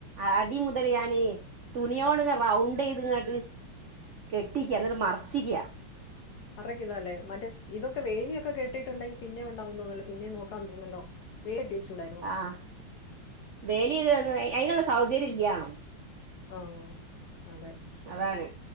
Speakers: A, on the right; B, on the left.
A: അടി മുതൽ ഞാന് തുണിയോട്ങ്ങ റൗണ്ട് ചെയ്ത് ഇങ്ങാട്ട് കെട്ടിക്ക. എന്നട്ട് മറച്ചിക്ക.
B: മറക്ക ഇതാല്ലേ. മറ്റേ ഇതൊക്ക വേലിയക്കെട്ടിട്ടുണ്ടെങ്കിൽ പിന്നെ ഉണ്ടാകെന്ന് തോന്നല്ലോ. പിന്നെ നോക്കാൻ തോന്നല്ലോ? വേലി കെട്ടിവെചൂടായിരുന്നു.
A: ആ് വേലി അതിനുള്ള സൗകര്യം ഇല്ലാ.
B: ആ അതെ.
A: അതാണ്